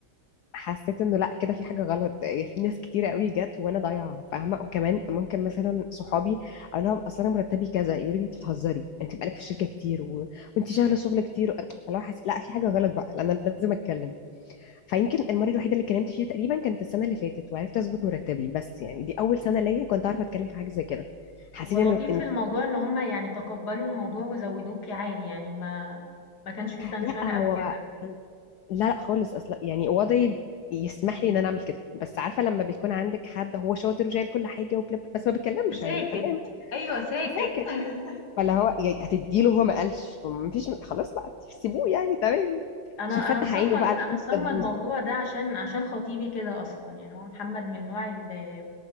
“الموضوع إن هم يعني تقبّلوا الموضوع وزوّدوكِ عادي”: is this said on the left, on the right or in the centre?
Left